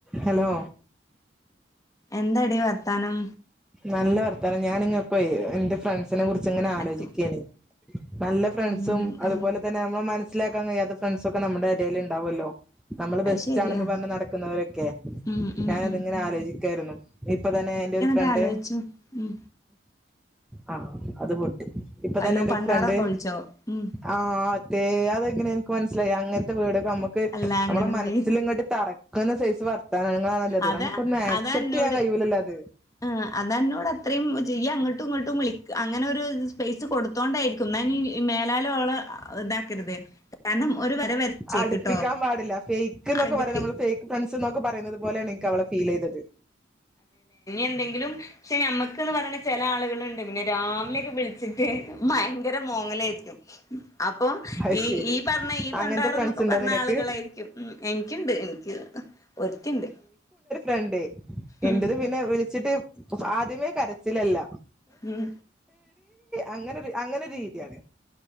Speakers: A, in the centre; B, on the left (about 20°).
A: Hello
B: എന്താടി വർത്താനം
A: നല്ല വർത്താനം ഞാാനിങ്ങപ്പോ എന്റെ ഫ്രണ്ട് സിനെ കുറിച്ച്ങ്ങന ആലോചിക്കാണ്.
B: അനക്ക്
A: നല്ല ഫ്രണ്ട്സും
B: ഉം
A: അതുപോലെ
B: അത്
A: തന്നെ നമ്മ മ മൻസ്സ്ലാക്കൻ കഴിയാത്ത ഫ്രണ്ട്സൊക്കെ നമ്മ്ടെ എടേല് ഇ ണ്ടാവോല്ലോ. നമ്മള് ബെസ്റ്റാണെന്ന്
B: ശരിയാ
A: പറഞ്ഞ് നടക്കുന്നവരൊക്കെ
B: ഉം ഉം
A: ഞാനത്
B: ഉം
A: ങ്ങനെ ആലോചിക്കായിരുന്നു. ഇപ്പൊ തന്നെ എന്റെ ഒരു ഫ്രണ്ട്
B: താലോയ്ച്ചും ഉം.
A: ആ അത്പോ ഇപ്പൊ
B: വല്ലോ
A: തന്നെ എന്റെ
B: പണ്ടാറൊക്കെ
A: ഒരു ഫ്രണ്ട്
B: വിളിച്ചോ ഉം
A: ആ തെ അതെങ്ങനെ ക്ക്‌ മനസിലായി അങ്ങ ടൊക്കെ നമ്മുക്ക്
B: അല്ല അങ്ങനെ
A: നമ്മളെ
B: എന്തെങ്കിലും
A: മനസില് ഇങ്ങട് തറക്കണ സുവർ താരണങ്ങളാണല്ലാത
B: അതാ
A: നുക്കൊന്ന
B: അതാ
A: അക്സെപ്റ്റ്
B: എന്നോട്
A: ചെയ്യാൻ കഴിയുല്ല ല്ലാത്
B: ആ അത എന്നോട് അത്രയും ചെയ്യ അങ്ങോട്ടും ഇങ്ങോട്ടും വിളി അങ്ങനെ ഒരു സ്പേസ് കൊടുത്തോണ്ടായിരിക്കും ഞാൻ മേലാലോള ഇതാക്കരുത് കാരണം ഒരു വര വരച്ചേക്കട്ടോ
A: അടുപ്പിക്കാൻ പാടില്ല ഫേക്ക് എന്നൊക്കെ
B: അടു
A: പറയാം നമ്മള് ഫേക്ക് ഫ്രണ്ട്സ് എന്നൊക്കെ പറയുന്നത് പോലെയാണ് എനിക്ക് ഫീൽ ലേയ്തത്
B: എന്തെങ്കിലും പക്ഷെ ഞമ്മക്ക്ന്ന് പറഞ്ഞുന്ന ചില ആളുകളുണ്ട് പിന്നെ രാവിലെയൊക്കെ വിളി വച്ചിട്ട് ഭയങ്കര മോങ്ങലായിരിക്കും അപ്പൊ
A: അത്
B: ഈ
A: ശരി
B: ഈ പറഞ്ഞ ഈ
A: അങ്ങനത്തെ
B: പണ്ടാറ
A: ഫ്രണ്ട്സ്
B: എന്നൊക്കെ
A: ഉണ്ടോ
B: പറഞ്ഞ
A: നിനക്ക്
B: ആളുകളായിരിക്കും ഉ എനിക്കുണ്ട് എനിക്ക് ഒരുത്തിണ്ട്
A: രണ്ട്
B: ഉം
A: എന്റത് പിന്നെ വിളിച്ചിട്ട് ആദ്യവേ കര ത്തിലല്ല
B: ഉം
A: അങ്ങനെ അങ്ങനൊരു രീതിയാണ്